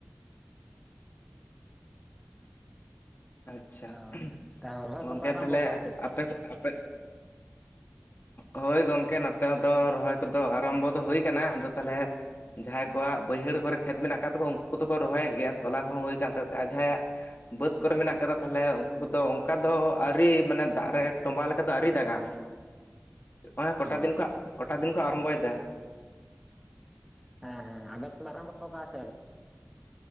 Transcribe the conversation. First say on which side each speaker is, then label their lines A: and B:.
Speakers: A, on the left; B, in the centre.
A: ᱟᱪᱪᱷᱟ
B: ᱚ
A: <inaudible>
B: ᱨᱚᱦᱚᱭ
A: ᱜᱚᱝᱠᱮ
B: ᱠᱚᱯᱮ ᱟᱨᱟᱢᱵᱚ
A: ᱛᱟᱦᱚᱸᱞᱮ
B: ᱠᱟᱜᱼᱟ ᱥᱮ
A: ᱟᱯᱮ ᱥᱮᱫ ᱟᱯᱮ ᱦᱳᱭ ᱜᱚᱝᱠᱮ ᱱᱚᱛᱮ ᱦᱚᱸ ᱫᱚ ᱨᱚᱦᱚᱭ ᱠᱚᱫᱚ ᱟᱨᱟᱢᱵᱚ ᱫᱚ ᱦᱩᱭ ᱠᱟᱱᱟ ᱟᱫᱚ ᱛᱟᱦᱚᱸᱞᱮ᱾ ᱡᱟᱦᱟᱸᱭ ᱠᱚᱣᱟᱜ ᱵᱟᱹᱭᱦᱟᱹᱲ ᱠᱚᱨᱮ ᱠᱷᱮᱛ ᱢᱮᱱᱟᱜ ᱟᱠᱟᱫ ᱛᱟᱠᱚᱣᱟ ᱩᱱᱠᱩ ᱠᱚᱫᱚ ᱠᱚ ᱨᱚᱦᱚᱭᱮᱫ ᱜᱮᱭᱟ ᱛᱚᱞᱟ ᱠᱚᱦᱚᱸ ᱦᱩᱭ ᱠᱟᱱ ᱛᱟᱠᱚᱣᱟ ᱟᱨ ᱡᱟᱦᱟᱸᱭᱟᱜ ᱵᱟ. ᱫ ᱠᱚᱨᱮ ᱢᱮᱱᱟᱜ ᱠᱟᱫᱟ ᱛᱟᱦᱚᱞᱮ ᱩᱱᱠᱩ ᱠᱚᱫᱚ ᱚᱱᱠᱟ ᱫᱚ ᱟᱹᱣᱨᱤ ᱢᱟᱱᱮ ᱫᱟᱜ ᱨᱮ ᱛᱚᱸᱵᱟ ᱞᱮᱠᱟ ᱫᱚ ᱟᱹᱣᱨᱤ ᱫᱟᱜᱼᱟ᱾ ᱦᱚᱸᱜᱼᱚᱭ ᱠᱚᱴᱟ
B: ᱚ
A: ᱫᱤᱱ ᱠᱷᱚᱡ, ᱠᱚᱴᱟ ᱫᱤᱱ ᱠᱷᱚᱡ ᱟᱨᱟᱢᱵᱚᱭᱮᱫᱟ᱾
B: ᱦᱮᱸ ᱦᱮᱸ <inaudible> ᱟᱢ ᱟᱨᱟᱢᱵᱚ ᱟᱠᱟᱫ ᱥᱮ